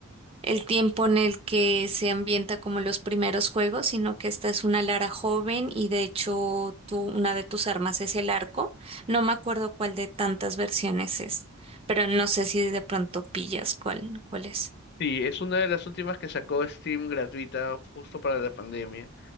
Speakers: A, on the right; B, on the left.
A: el tiempo en el que se ambienta como los primeros juegos, sino que esta es una Lara joven y de hecho tú- una de tus armas es el arco. No me acuerdo cuál de tantas versiones es, pero no sé si de pronto pillas cuál, cuál es.
B: Sí, es una de las últimas que sacó Steam gratuita justo para la pandemia.